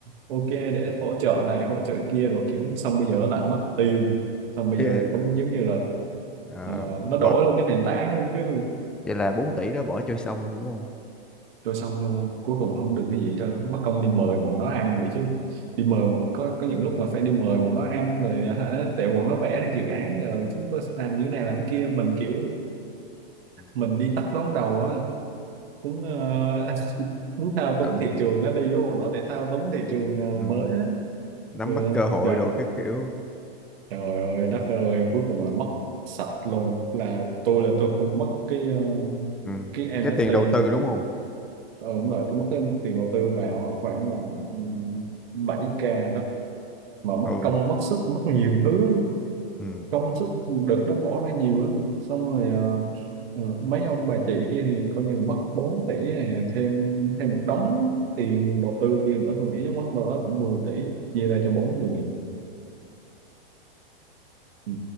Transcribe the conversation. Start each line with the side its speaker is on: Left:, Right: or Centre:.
Right: ok để hỗ trợ này hỗ trợ kia rồi kiểu xong bây giờ nó lại mất tiêu xong bây
Centre: Yeah.
Right: giờ cũng giống như là
Centre: Ờ,
Right: ờ, nó
Centre: bỏ
Right: đổi luôn cái nền tảng luôn chứ
Centre: vậy là 4 tỷ đó bỏ chơi xong luôn đúng không
Right: rồi xong luôn cuối cùng không được cái gì hết trơn mất công đi mời bọn nó ăn nữa chứ đi mời bọn, có có những lúc mà phải đi mời bọn nó ăn rồi hả, tại bọn nó vẽ ra dự án rồi chúng tôi sẽ làm như thế này làm thế kia mình kiểu
Centre: ừ.
Right: mình đi tắt đón đầu á muốn ờ, <laughs> muốn thao
Centre: Trời
Right: túng thị trường nó đi với bọn nó để thao túng thị trường ờ,
Centre: Ừ.
Right: mới á
Centre: nắm
Right: ừ,
Centre: bắt cơ hội
Right: dạ.
Centre: đồ các kiểu
Right: trời ơi đất ơi cuối cùng là mất sạch luôn là tôi là tôi không mất cái ờ,
Centre: ừ.
Right: cái NFT
Centre: cái tiền đầu tư
Right: mà
Centre: đúng
Right: tôi
Centre: không
Right: ờ, đúng rồi tôi mất cái tiền đầu tư vào á, khoảng là ừ, 7k đó mà mất
Centre: ừ
Right: công mất sức mất nhiều thứ lắm
Centre: ừ
Right: công sức đợt đó bỏ ra nhiều lắm xong rồi ờ, ờ, mấy ông bà chị kia thì coi như là mất 4 tỷ này thêm thêm một đống tiền đầu tư kia nữa tôi nghĩ chắc mất đâu đó cũng 10 tỷ chia ra cho bốn người ừ.